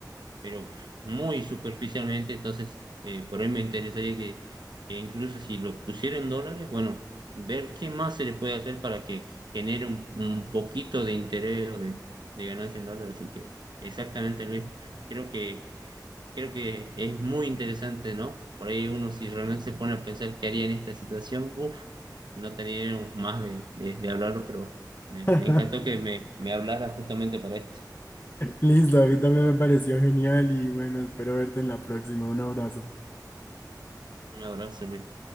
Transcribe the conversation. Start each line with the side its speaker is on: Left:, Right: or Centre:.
Right: pero muy superficialmente, entonces eh, por ahí me interesaría que, que incluso si lo pusiera en dólares, bueno, ver qué más se le puede hacer para que genere un, un poquito de interés o de, de ganancia en dólares. Así que exactamente, Luis, creo que, creo que es muy interesante, ¿no? Por ahí uno si realmente se pone a pensar qué haría en esta situación, uff, no tendríamos más de, de, de hablarlo, pero me, me
Left: <laughs>
Right: encantó que me, me hablara justamente para esto.
Left: Listo, a mí también me pareció genial y bueno, espero verte en la próxima. Un abrazo.
Right: Un abrazo, Luis.